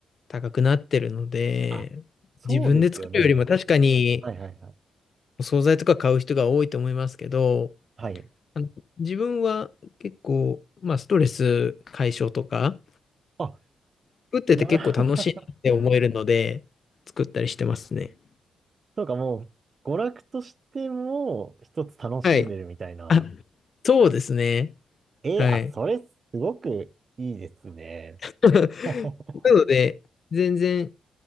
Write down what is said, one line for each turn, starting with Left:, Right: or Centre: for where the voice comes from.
Left: 高くなってるので、
Right: あ、そうですよね。
Left: 自分で作るよりも確かに
Right: はいはいはい。
Left: お惣菜とか買う人が多いと思いますけど、
Right: はい。
Left: あの、自分は結構、まあ、ストレス解消とか、
Right: あ、
Left: 作ってて結構楽しいなって思えるので、
Right: な、<laughs>
Left: 作ったりしてますね。
Right: そうかもう、娯楽としても一つ楽しんでるみたいな。
Left: はい。あ、そうですね。
Right: えー、
Left: はい。
Right: あ、それすごくいいですね。
Left: <laughs>
Right: <laughs>
Left: なので、全然